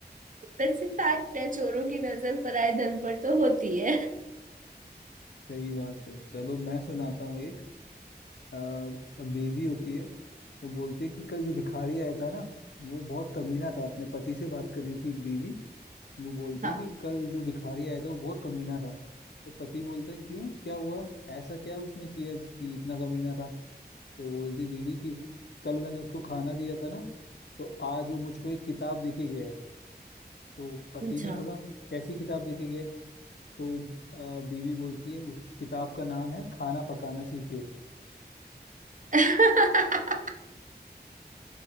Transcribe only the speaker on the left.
सही बात है चलो मैं सुनाता हूँ एक अ, अ, बीवी होती है तो बोलती है कि कल जो भिखारी आया था ना वो बहुत कमीना था अपने पति से बात कर रही थी एक बीवी वो बोलती
है कि कल जो भिखारी आया था वो बहुत कमीना था तो पति बोलता है क्यों क्या हुआ ऐसा क्या उसने किया कि इतना कमीना था तो बोलती बीवी कि कल मैंने उसको खाना दिया था ना तो आज वो मुझको एक किताब देके गया है तो पति
ने बोला कैसी किताब देके गया है तो अ, बीवी बोलती है उस किताब का नाम है खाना पकाना सीखे